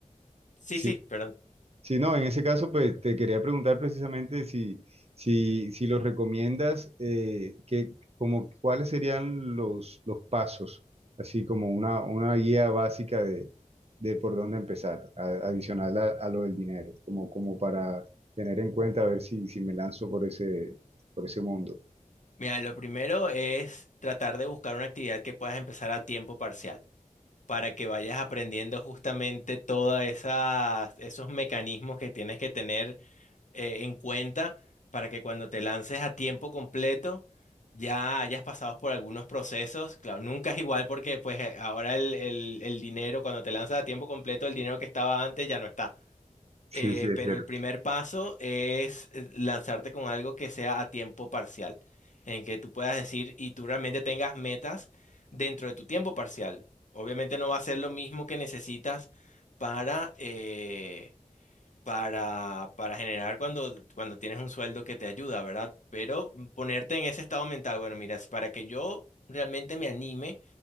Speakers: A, on the left; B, on the right.
A: sí,
B: sí,
A: sí, perdón.
B: sí, no, en ese caso, pues te quería preguntar precisamente si, si, si los recomiendas, eh, que, como, cuáles serían los, los pasos, así como una, una guía básica de, de por dónde empezar, a- adicional a, a lo del dinero, como, como para tener en cuenta a ver si, si me lanzo por ese, por ese mundo.
A: Mira, lo primero es tratar de buscar una actividad que puedas empezar a tiempo parcial. para que vayas aprendiendo justamente todos esos mecanismos que tienes que tener eh, en cuenta para que cuando te lances a tiempo completo ya hayas pasado por algunos procesos. Claro, nunca es igual porque pues eh, ahora el, el el dinero, cuando te lanzas a tiempo completo, el dinero que estaba antes ya no está.
B: Sí,
A: Eh,
B: sí, es
A: pero
B: cierto.
A: el primer paso es eh, lanzarte con algo que sea a tiempo parcial, en que tú puedas decir y tú realmente tengas metas dentro de tu tiempo parcial. Obviamente no va a ser lo mismo que necesitas para, eh, para, para generar cuando, cuando tienes un sueldo que te ayuda, ¿verdad? Pero ponerte en ese estado mental, bueno, mira, es para que yo realmente me anime